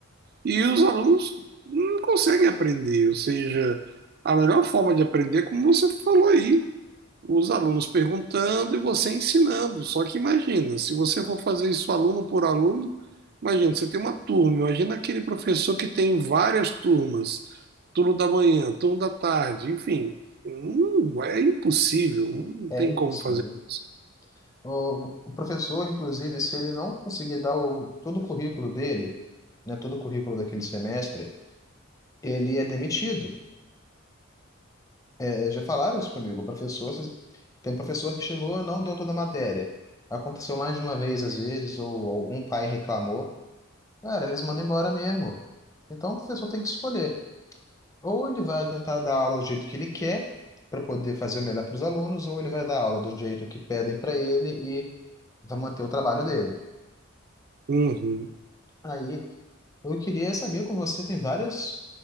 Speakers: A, on the right (about 50°); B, on the left (about 15°).
A: e os alunos não conseguem aprender, ou seja, a melhor forma de aprender, é como você falou aí, os alunos perguntando e você ensinando. Só que imagina, se você for fazer isso aluno por aluno, imagina, você tem uma turma, imagina aquele professor que tem várias turmas, turno da manhã, turno da tarde, enfim, Hum, é impossível, não
B: é
A: tem
B: impossível.
A: como fazer isso.
B: O, o professor, inclusive, se ele não conseguir dar o, todo o currículo dele, né, todo o currículo daquele semestre, ele é demitido. É, já falaram isso comigo. O professor, se- tem professor que chegou e não deu toda a matéria. Aconteceu mais de uma vez, às vezes, ou algum pai reclamou. Cara, eles mandam embora mesmo. Então, o professor tem que escolher. Ou ele vai tentar dar aula do jeito que ele quer, para poder fazer o melhor para os alunos, ou ele vai dar aula do jeito que pedem para ele e vai manter o trabalho dele.
A: Uhum.
B: Aí, eu queria saber com você, tem vários,